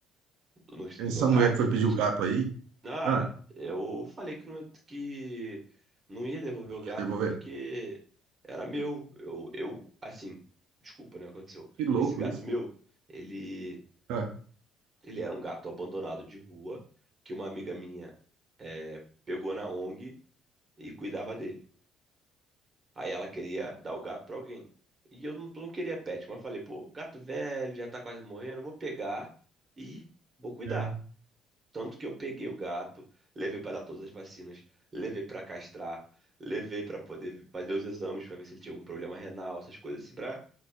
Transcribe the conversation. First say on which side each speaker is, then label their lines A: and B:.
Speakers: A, on the right; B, on the right.
A: No questão
B: Essa
A: do meu gato?
B: mulher que foi pedir o gato aí,
A: Ah,
B: ah,
A: eu falei que não, que não ia devolver o gato
B: quer devolver?
A: porque era meu. Eu, eu, assim, desculpa, né? Aconteceu.
B: Que louco
A: Esse gato
B: isso.
A: meu, ele
B: Ah,
A: Ele era um gato abandonado de rua que uma amiga minha eh, pegou na ONG e cuidava dele. Aí ela queria dar o gato pra alguém. E eu não, não queria pet, mas eu falei, pô, gato velho, já tá quase morrendo, eu vou pegar e vou cuidar.
B: é.
A: Tanto que eu peguei o gato, levei pra dar todas as vacinas, levei pra castrar, levei pra poder fazer os exames pra ver se ele tinha algum problema renal, essas coisas assim, pra,